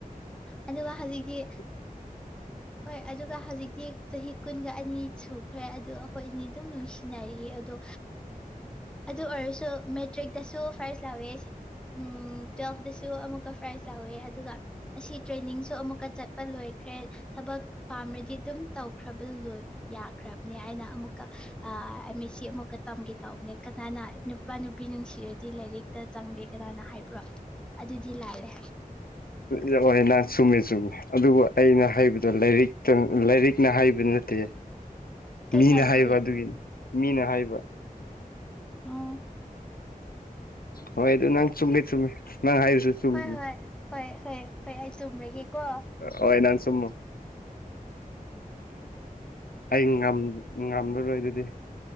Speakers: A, in the centre; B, on the left.
A: ꯑꯗ ꯋꯥ ꯍꯧꯒꯤ
B: <unintelligible>
A: ꯍꯣꯏ ꯑꯗꯨꯒ ꯍꯧꯖꯤꯛꯇꯤ ꯆꯍꯤ ꯀꯨꯟꯒ ꯑꯅꯤ ꯁꯨꯈ꯭ꯔꯦ ꯑꯗꯨ ꯑꯩꯈꯣꯏ ꯑꯅꯤ ꯑꯗꯨꯝ ꯅꯨꯡꯁꯤ ꯅꯩꯌꯦ ꯑꯗꯣ ꯑꯗꯨ ꯑꯣꯏꯔꯁꯨ ꯃꯦꯇ꯭ꯔꯤꯛꯇꯁꯨ ꯐꯥꯔꯁ ꯂꯧꯋꯦ ꯁꯦ꯫ ꯎꯝ ꯇ꯭ꯋꯦꯜꯐꯇꯁꯨ ꯑꯃꯨꯛꯀ ꯄ꯭ꯔꯥꯏꯖ ꯂꯥꯎꯋꯦ ꯑꯗꯨꯒ꯫ ꯑꯁꯤ ꯇ꯭ꯔꯦꯅꯤꯡꯁꯨ ꯑꯃꯨꯛꯀ ꯆꯠꯄ ꯂꯣꯏꯈ꯭ꯔꯦ ꯊꯕꯛ ꯄꯥꯝꯔꯗꯤ ꯑꯗꯨꯝ ꯇꯧꯈ꯭ꯔꯕ ꯂꯣꯏ꯫ ꯌꯥꯈ꯭ꯔꯕꯅꯦ ꯍꯥꯏꯅ ꯑꯃꯨꯛꯀ ꯑ ꯃꯤ ꯁꯤ ꯑꯃꯨꯛꯀ ꯇꯝꯒꯦ ꯇꯧꯕꯅꯦ ꯀꯅꯥꯅ꯫ ꯅꯨꯄꯥ ꯅꯨꯄꯤ ꯅꯨꯡꯁꯤꯔꯗꯤ ꯂꯥꯏꯔꯤꯛꯇ ꯆꯪꯗꯦ ꯀꯅꯥꯅ ꯍꯥꯏꯕ꯭ꯔꯣ ꯑꯗꯨꯗꯤ ꯂꯥꯜꯂꯦ꯫
B: ꯌꯥ ꯅꯪ ꯆꯨꯝꯃꯦ ꯆꯨꯝꯃꯦ ꯑꯗꯨꯕꯨ ꯑꯩꯅ ꯍꯥꯏꯕꯗꯣ ꯂꯥꯏꯔꯤꯛꯇ ꯂꯥꯏꯔꯤꯛ꯫ ꯅ ꯍꯥꯏꯕ ꯅꯠꯇꯦ
A: ꯀꯩꯅꯣ
B: ꯃꯤꯅ
A: ꯑꯗꯨꯗꯤ
B: ꯍꯥꯏꯕ ꯑꯗꯨꯒꯤꯅꯤ ꯃꯤꯅ ꯍꯥꯏꯕ꯫
A: ꯎꯝ꯫
B: ꯍꯣꯏ ꯑꯗꯨ ꯅꯪ ꯆꯨꯝꯃꯦ ꯆꯨꯝꯃꯦ ꯅꯪ ꯍꯥꯏꯔꯁꯨ ꯆꯨꯝꯕꯅꯤ
A: ꯍꯣꯏ ꯍꯣꯏ ꯍꯣꯏ ꯍꯣꯏ ꯍꯣꯏ ꯑꯩ ꯆꯨꯝꯔꯒꯦꯀꯣ
B: ꯑꯣ ꯅꯥꯟ ꯁꯨꯝꯃꯣ ꯑꯩ ꯉꯝꯂꯔꯣꯏ ꯑꯗꯨꯗꯤ